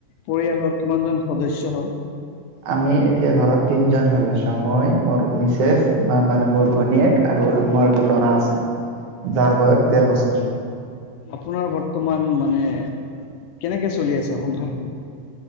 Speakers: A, on the left; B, on the right.
A: পৰিয়ালৰ কিমান জন সদস্য হ'ল?
B: আমি এতিয়া ঘৰত তিনজন সদস্য মই মোৰ মিছেছ মা মানে মোৰ ভনীয়েক। আৰু আ মোৰাৰ এটা ল'ৰা আছে। যাৰ বয়স ডেৰ বছৰ
A: আপোনাৰ বৰ্তমান মানে। কেনেকে চলি আছে সংসাৰটো?